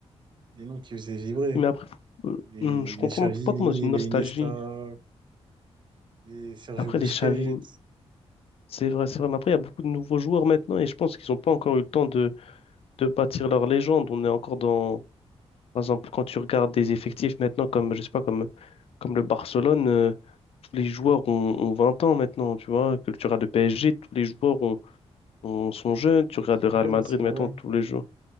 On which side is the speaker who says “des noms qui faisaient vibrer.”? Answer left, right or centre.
Right